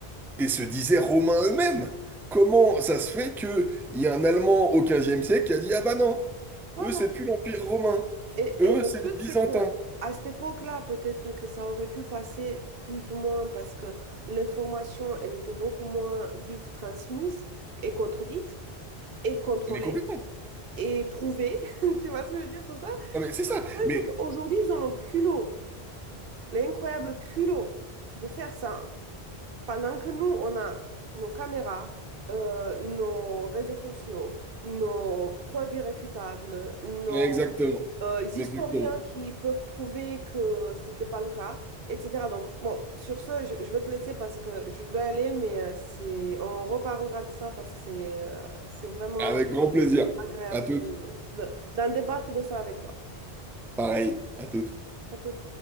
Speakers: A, in the centre; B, on the right.
A: et se disait romains eux-mêmes. Comment ça se fait que il y a un Allemand au XVe siècle qui a dit, Ah bah non,
B: Voilà.
A: eux c'est plus l'Empire romain,
B: Et,
A: eux
B: et le
A: c'est
B: truc,
A: les Byzantins.
B: c'est que à cette époque-là, peut-être que ça aurait pu passer plus ou moins parce que l'information, elle était beaucoup moins vite transmise et contredite et contrôlée
A: Mais complètement.
B: et prouvée. <laughs> Tu vois ce que je veux dire, tout ça?
A: Non mais c'est ça.
B: Le problème,
A: Mais
B: c'est qu'aujourd'hui, ils ont le culot, l'incroyable culot de faire ça pendant que nous, on a nos caméras. euh, nos réseaux sociaux, nos preuves irréfutables, nos
A: exactement.
B: euh, les
A: Exactement.
B: historiens qui peuvent prouver que c'était pas le cas, etc. Donc, bon, sur ce, je, je vais te laisser parce que je dois aller, mais euh, c'est, on reparlera de ça parce que c'est euh, c'est vraiment
A: Avec grand plaisir.
B: agréable
A: À toutes.
B: de, de- d'en débattre de ça avec toi.
A: Pareil. À toutes.
B: À tout.